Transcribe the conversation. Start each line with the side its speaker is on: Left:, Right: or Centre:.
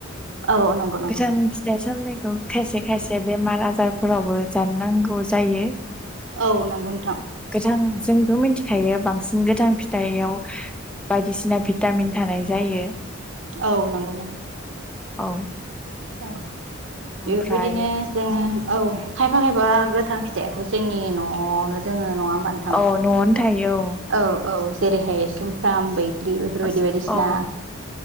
Right: औ नंगौ नंगौ
Centre: गोथां फिथाइ सामथाय खौ खायसे खायसे बेमार आजारफोरावबो जानो नांगौ जायो।
Right: औ नंगौ नोंथां।
Centre: जों-जोंथ' मिथिखायो बांसिन गोथां फिथाइयाव बायदिसिना भिटामिन थानाय जायो।
Right: औ नंगौ नंगौ।
Centre: औ।
Right: औ
Centre: ओमफ्राय
Right: एफोरबायदिनो जोङो औ खायफा खायफा गो थां फिथायाथ' जोंनि न'आवनो दोङो नङा होमबा नोंथां
Centre: औ न'आवनो थायो औ।
Right: औ औ जेरैहाय सुमफ्राम, बै ग्रि बेफोरबायदि
Centre: औ
Right: बायदिसिना
Centre: औ